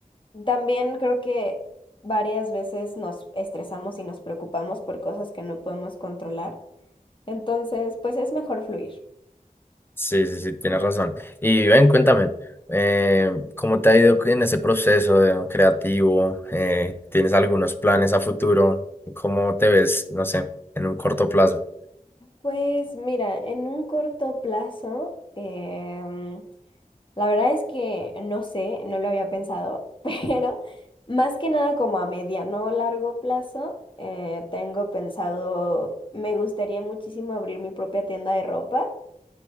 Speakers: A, on the left; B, on the left.
A: También creo que varias veces nos estresamos y nos preocupamos por cosas que no podemos controlar. Entonces, pues es mejor fluir.
B: Sí, sí, sí, tienes razón. Y ven, cuéntame, eh, ¿cómo te ha ido en ese proceso de- creativo? Eh, ¿tienes algunos planes a futuro? ¿Cómo te ves, no sé, en un corto plazo?
A: Pues mira, en un corto plazo, em, La verdad es que no sé, no lo había pensado, <laughs> pero más que nada como a mediano o largo plazo, eh, tengo pensado, me gustaría muchísimo abrir mi propia tienda de ropa